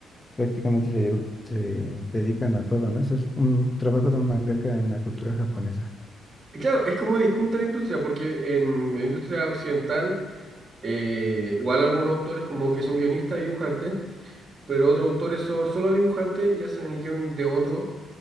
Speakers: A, on the left (about 20°); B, on the right (about 35°).
A: prácticamente se, se dedican a todo, ¿no? Eso es un trabajo de un mangaka en la cultura japonesa.
B: y claro, es como distinta la industria, porque en la industria occidental, eh, igual algunos autores como que son guionistas y dibujantes, pero otros autores son solo dibujantes y hacen el guión de otro,